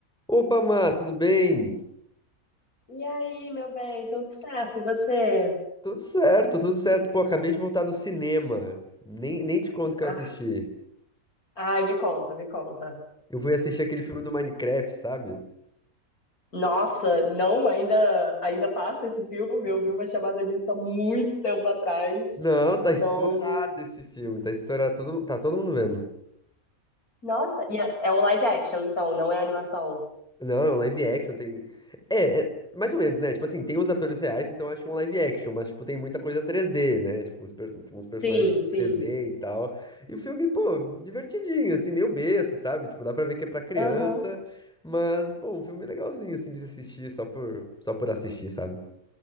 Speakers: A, in the centre; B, on the left.
A: Opa, Má, tudo bem?
B: E aí, meu bem, tudo certo? E você?
A: Tudo certo, tudo certo. Pô, acabei de voltar do cinema. Nem, nem te conto o que
B: Ah,
A: eu assisti.
B: ai, me conta, me conta.
A: Eu fui assistir aquele filme do Minecraft, sabe?
B: Nossa, não, ainda, ainda passa esse filme. Eu vi uma chamada disso há muito tempo atrás.
A: Não, tá estourado
B: Não.
A: esse filme, tá estourado, todo, tá todo mundo vendo.
B: Nossa, e é, é o live action, então, não é animação.
A: Não, é um live action, tem. É, é mais ou menos, né? Tipo assim, tem os atores reais, então acho que é um live action, mas, tipo, tem muita coisa 3D, né? Tipo, uns, per- uns personagens
B: Sim, sim.
A: 3D e tal. E o filme, pô, divertidinho, assim, meio besta, sabe? Tipo, dá pra ver que é pra criança,
B: Aham.
A: mas, pô, um filme legalzinho, assim, de assistir, só por, só por assistir, sabe?